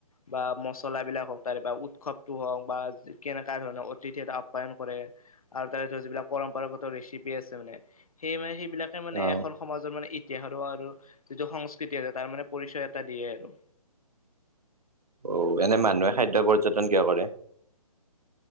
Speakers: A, on the left (about 65°); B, on the right (about 75°).
A: বা মচলা বিলাক হওক তাৰে পৰা উৎসৱটো হওক বা কেনেককা ধৰণৰ অতিথি এটা আপ্যায়ন কৰে। আৰু তাৰৰ যিবিলাক পৰম্পৰাগত ৰেচিপি আছে মানে সেই মানে সেইবিলাক। মানে
B: অ
A: এখন সমাজৰ মানে। ইতিাহাৰো আৰু যিটো সংস্কৃতি আছে তাৰ মানে পৰিচয় এটা দিয়ে আৰু।
B: আহ এনে মানুহে খাদ্য পৰ্যটন কিয় কৰে।